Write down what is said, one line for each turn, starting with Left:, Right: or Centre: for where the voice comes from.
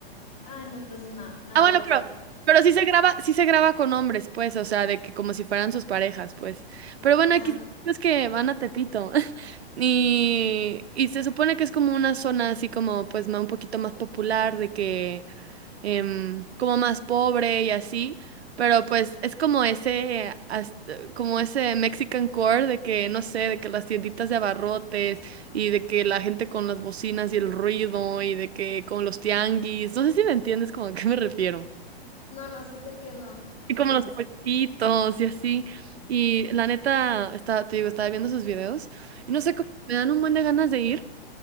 Left: Ah, no, entonces no, no,
Right: Ah, bueno,
Left: no
Right: pero,
Left: sé.
Right: pero
Left: No.
Right: sí se graba, sí se graba con hombres, pues, o sea, de que como si fueran sus parejas, pues. Pero bueno,
Left: Ah,
Right: aquí es que van a Tepito. <laughs> Y, y se supone que es como una zona así como, pues, ma- un poquito más popular, de que em, como más pobre y así. Pero pues es como ese, as- como ese Mexican core de que, no sé, de que las tienditas de abarrotes y de que la gente con las bocinas y el ruido y de que con los tianguis. No sé si me entiendes como a qué me refiero.
Left: no, no, sí te entiendo.
Right: Y
Left: ¿Y
Right: como
Left: qué
Right: los
Left: más?
Right: puestitos y así. Y la neta, estaba, te digo, estaba viendo sus videos y no sé cómo me dan un buen de ganas de ir,